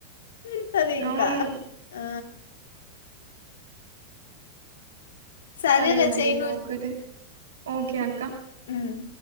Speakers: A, on the left; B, on the right.
A: పెడతరు ఇంకా
B: అవును
A: ఆ సరేరా
B: అది మళ్ళి
A: చెయ్యి
B: ఒకటే ఓకే అక్క
A: ఉమ్